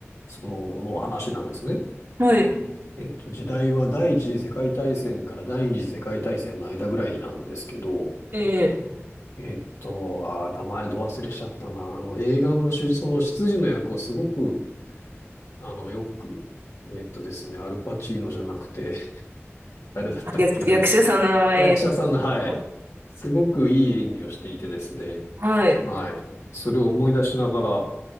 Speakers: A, on the left; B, on the right.
A: その、の話なんですね。
B: はい。
A: えっと、時代は第一次世界大戦から第二次世界大戦の間ぐらいなんですけど、
B: ええ、
A: えっと、あー、名前ど忘れしちゃったな。あの、映画の主、その執事の役をすごくあの、よく、えっとですね、アルパチーノじゃなくて、<laughs> 誰だったっけな。
B: あ役、役者さんの名前ですか
A: 役者さんの、はい。すごくいい演技をしていてですね。
B: はい。
A: はい。それを思い出しながら、